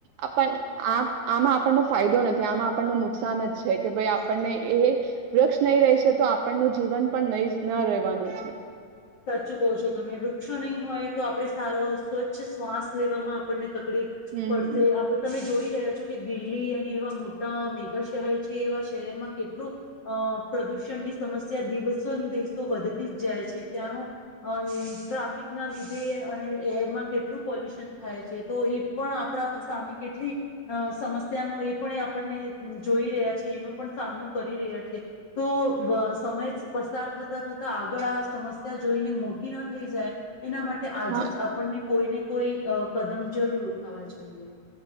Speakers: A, on the right; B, on the left.
A: આમાં આપણનો ફાયદો નથી આમાં આપણને નુકસાન જ છે કે ભાઈ આપણને એ વૃક્ષ નહીં રહેશે તો આપણનું જીવન પણ નહી ન રહેવાનું છે
B: સાચું કહો છો તમે વૃક્ષો નહીં હોય તો આપડે સારો સ્વચ્છ શ્વાસ લેવામાં આપણને તકલીફ
A: હમ.
B: પડશે આપડ તમે જોઈ રહ્યા છો જો કે દિલ્હી અને એવા મોટા મેગા શહેર છે એવા શહેરમાં કેટલું અ પ્રદુષણની સમસ્યા દિવસોને દિવસો વધતી જ જાય છે ત્યાંનો અમ ટ્રાફિક ના લીધે અને એરમાં કેટલું પોલ્યુશન થાય છે તો એ પણ આપણા સામે કેટલી અ સમસ્યાનો એ પણ આપણને જોઈ રહ્યા છે એનો પણ સામનો કરી રહ્યા છે તો સમય જ પસાર થતા થતા આગળ સમસ્યા જોઈને મોટી ન થઈ જાય એના માટે આજે
A: હા
B: જ આપણને કોઈને કોઈ અ કદમ જરૂર ઉઠાવવા જોઈએ